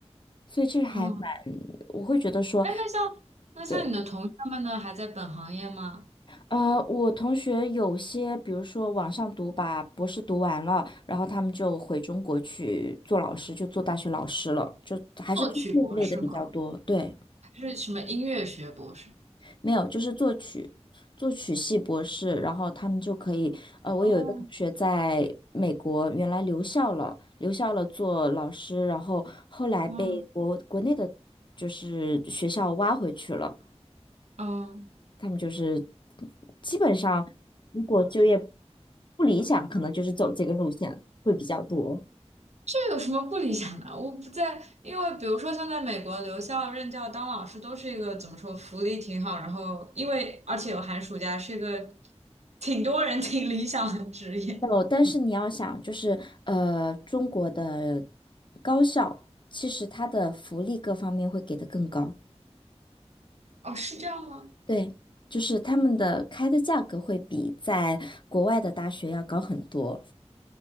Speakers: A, on the left (about 45°); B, on the right (about 75°).
A: 所以这还蛮，
B: 嗯。
A: 我会觉得说，
B: 哎，那像那像你的同学们呢，
A: 对，
B: 还在本行业吗？
A: 呃，我同学有些，比如说网上读把博士读完了，然后他们就回中国去做老师，就做大学老师了，就还是做这一类的比较多。
B: 作曲博士吗？
A: 对，
B: 还是什么音乐学博士？
A: 没有，就是作曲，作曲系博士，然后他们就可以，呃，我有一个同学在美国原来留校了，
B: 哦，
A: 留校了做老师，然后后来被国国内的就是学校挖回去了。
B: 嗯嗯，
A: 他们就是基本上，如果就业不理想，可能就是走这个路线会比较多。
B: 这有什么不理想的？我不在，因为比如说像在美国留校任教当老师都是一个怎么说，福利挺好，然后因为而且有寒暑假，是一个挺多人挺理想的职业。
A: 哦，但是你要想，就是呃，中国的高校其实它的福利各方面会给的更高，
B: 哦，是这样吗？
A: 对，就是他们的开的价格会比在国外的大学要高很多。